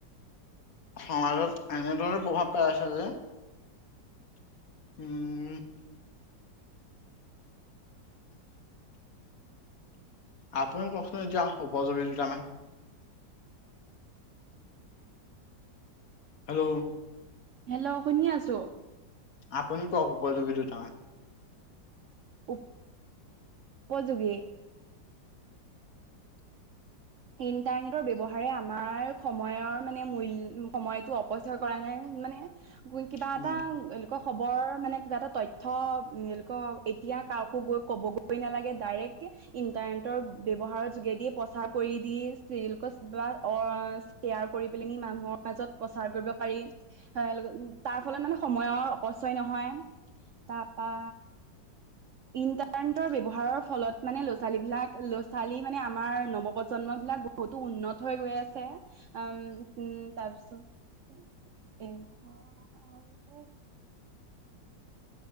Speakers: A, on the left; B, on the right.
A: সমাজত এনেধৰে প্ৰভাৱ পেলাইছে যে উম
B: <inaudible>
A: আপুনি ক'কচোন এতিয়া উপযোগী দুটা মান। হেল্ল'
B: হেল্ল' শুনি আছোঁ।
A: আপনি ক'ক উপযোগী দুটা মান?
B: উপ-উপযোগী। ইণ্টাৰনেটৰ ব্যৱহাৰে আমাৰ সময়ৰ মানে মূল্য সময়টো অপ কৰা নাই, মানে কিবা
A: উম,
B: এটা এ ক খবৰ মানে কিবা এটা তথ্য এলোকৰ এতিয়া কাকো গৈ ক'বগৈ নালাগে ডাইৰেক্টকে ইণ্টাৰনেটৰ ব্যৱহাৰৰ যোগেদিয়ে প্ৰচাৰ কৰি দি চিৰিয়েলক কিব অ' শ্বেয়াৰ কৰি পেলেনি মানুহৰ মাজত প্ৰচাৰ কৰিব পাৰি। উ তাৰ ফলত মানে সময়ৰ অপচয় নহয় তাৰপা। ইণ্টাৰনেটৰ ব্যৱহাৰৰ ফলত মানে ল'ৰাোৱালী বিলাক ল'ৰা ছোৱালী মানে আমাৰ নৱপ্ৰজন্ম বিলাক। বহুতো উন্নত হৈ গৈ আছে উম উম তাৰপিছত। এনখন। আৰু